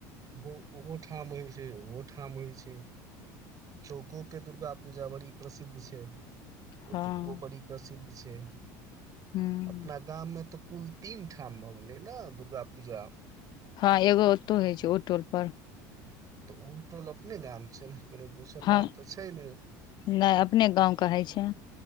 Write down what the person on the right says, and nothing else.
ओ ओहो ठाम होइ छै ओहो ठाम होइ छै। चौको के दुर्गा। पूजा बड़ी प्रसिद्ध छै। ओ
तुको बड़ी प्रसिद्ध छै। ते।
अपना गाममे तऽ। कुल तीन ठाम भऽ गेलै ने दुर्गा पूजा।
तऽ ओ टोल अपने गाम छै ने। कोनो दोसर
गाम तऽ छै ने